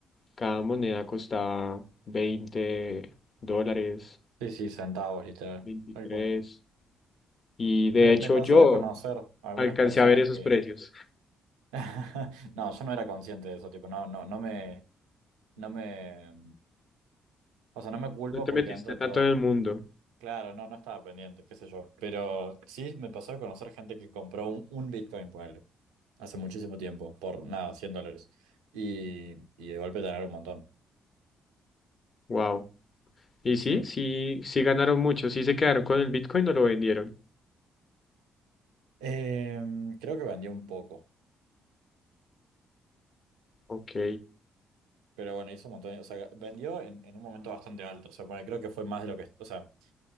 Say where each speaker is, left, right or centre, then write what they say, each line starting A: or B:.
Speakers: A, on the left (about 45°); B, on the right (about 80°).
A: cada moneda costaba veinte dólares,
B: Sí, sí, centavos, literal,
A: veintitrés
B: tal cual.
A: Y de
B: Me, me
A: hecho
B: pasó
A: yo
B: de conocer algunas
A: alcancé
B: personas
A: a ver esos
B: que
A: precios.
B: <laughs> No, yo no era consciente de eso, tipo, no, no, no me, no me, o sea, no me culpo
A: No te
B: porque
A: metiste
B: dentro de
A: tanto
B: todo,
A: en el mundo.
B: claro, no, no estaba pendiente, qué sé yo, pero sí me pasó de conocer gente que compró un, un Bitcoin, ponele, hace muchísimo tiempo, por nada, 100 dólares, y, y de golpe tener un montón,
A: Wow. Y
B: sí.
A: sí, sí, sí ganaron mucho, sí se quedaron con el Bitcoin o lo vendieron.
B: Eh, creo que vendió un poco,
A: Ok,
B: pero bueno, hizo un montón, o sea, vendió en, en un momento bastante alto, o sea, ponele, creo que fue más de lo que, o sea,